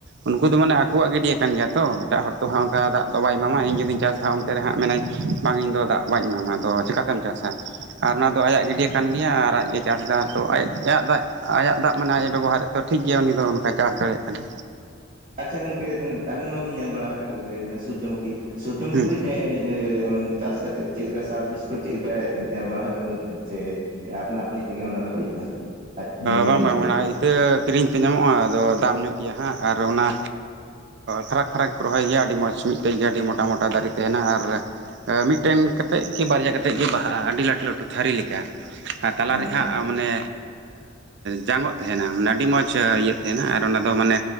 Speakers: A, on the right; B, on the right.
A: ᱩᱱᱠᱩ ᱫᱚ ᱢᱟᱱᱮ ᱟᱠᱚᱣᱟᱜ ᱜᱤᱰᱤᱭᱟ ᱠᱟᱱ ᱜᱮᱭᱟ ᱛᱚ ᱮᱴᱟᱜ ᱦᱚᱲ ᱛᱚ ᱦᱟᱸᱜ ᱚᱱᱠᱟ ᱫᱟᱜ ᱛᱚ ᱵᱟᱭ ᱮᱢᱟᱢᱟ ᱤᱧ ᱡᱩᱫᱤᱧ ᱪᱟᱥᱟ ᱚᱱᱛᱮ ᱨᱮ ᱦᱟᱸᱜ ᱢᱮᱱᱟᱭ ᱵᱟᱝ ᱤᱧ ᱫᱚ ᱫᱟᱜ ᱵᱧ ᱮᱢᱟᱢᱟ ᱟᱫᱚ ᱪᱤᱠᱟᱛᱮᱢ ᱪᱟᱥᱟ ᱟᱨ ᱱᱚᱣᱟ ᱫᱚ ᱟᱭᱟᱜ ᱜᱤᱰᱤᱭᱟ ᱠᱟᱱ ᱜᱮᱭᱟ ᱟᱨ ᱟᱡᱜᱮ ᱪᱟᱥ ᱫᱟ ᱟᱫᱚ ᱟᱡ ᱟᱭᱟᱜ ᱫᱟᱜᱽ ᱢᱟᱱᱮ ᱟᱡ ᱮ ᱵᱮᱵᱚᱦᱟᱨᱮᱜ ᱛᱚ ᱴᱷᱤᱠ ᱜᱮᱭᱟ ᱩᱱᱤ ᱫᱚ ᱚᱱᱠᱟᱭ ᱪᱟᱥ ᱫᱟᱲᱮᱭᱟᱜ ᱠᱟᱱᱟ
B: ᱟᱪᱪᱷᱟ ᱜᱚᱝᱠᱮ ᱟᱵᱤᱱ ᱢᱟᱵᱤᱱ ᱧᱮᱞ ᱵᱟᱲᱟ ᱟᱠᱟᱫ ᱠᱚᱜᱮ ᱥᱩᱨᱡᱚᱢᱩᱠᱷᱤ ᱥᱩᱨᱡᱚᱢᱩᱠᱷᱤ
A: ᱦᱮᱸ
B: ᱫᱚ ᱮᱻ ᱩᱸ ᱫᱟᱥ ᱠᱟᱛᱮᱪᱤᱜ ᱪᱤᱜ ᱞᱮᱠᱟ ᱥᱟᱨᱵᱤᱥ ᱠᱚ ᱪᱮᱜ ᱞᱮᱠᱟᱭ ᱮᱢ ᱵᱟᱲᱟ ᱮᱸᱻ ᱟᱯᱱᱟ ᱟᱯᱱᱤ ᱛᱮᱜᱮ ᱚᱱᱟ ᱫᱚ ᱦᱩᱭᱩᱜᱼᱟ ᱟᱡ ᱱᱤᱡᱮ
A: ᱵᱟᱝ
B: ᱱᱤᱡᱮ
A: ᱵᱟᱝ
B: ᱛᱮᱜᱮ
A: ᱚᱱᱟ ᱤᱛᱟᱹ ᱠᱤᱨᱤᱧ ᱛᱮ ᱧᱟᱢᱚᱜᱼᱟ ᱟᱫᱚ ᱫᱟᱢ ᱧᱚᱜ ᱜᱮᱭᱟ ᱦᱟᱸᱜ ᱟᱨ ᱚᱱᱟ ᱯᱷᱟᱨᱟᱠᱼᱯᱷᱟᱨᱟᱠ ᱠᱚ ᱨᱚᱦᱚᱭ ᱜᱮᱭᱟ ᱟᱹᱰᱤ ᱢᱚᱸᱡᱽ ᱢᱤᱫᱴᱮᱡ ᱜᱮ ᱟᱹᱰᱤ ᱢᱳᱴᱟ ᱢᱳᱴᱟ ᱫᱟᱨᱮ ᱛᱟᱦᱮᱱᱟ ᱟᱨ ᱢᱤᱫᱴᱮᱱ ᱠᱟᱛᱮᱫ ᱠᱤ ᱵᱟᱨᱭᱟ ᱠᱟᱛᱮᱫ ᱜᱮ ᱵᱟᱦᱟᱜᱼᱟ ᱟᱹᱰᱤ ᱞᱟᱹᱴᱩ ᱞᱟᱹᱴᱩ ᱛᱷᱟᱹᱨᱤ ᱞᱮᱠᱟ ᱛᱟᱞᱟ
B: ᱟᱪᱪᱷᱟ
A: ᱨᱮ ᱦᱟᱸᱜ ᱢᱟᱱᱮ ᱡᱟᱸᱝ ᱚᱜ ᱛᱟᱦᱮᱱᱟ ᱢᱟᱱᱮ ᱟᱹᱰᱤ ᱢᱚᱡᱽ ᱤᱭᱟᱹᱜ ᱛᱟᱦᱮᱱᱟ ᱟᱨ ᱚᱱᱟ ᱫᱚ ᱢᱟᱱᱮ